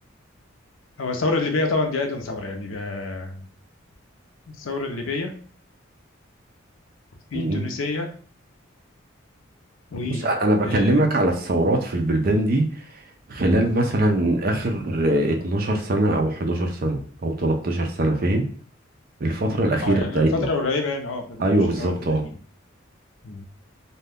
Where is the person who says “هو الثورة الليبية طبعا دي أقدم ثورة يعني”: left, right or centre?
Left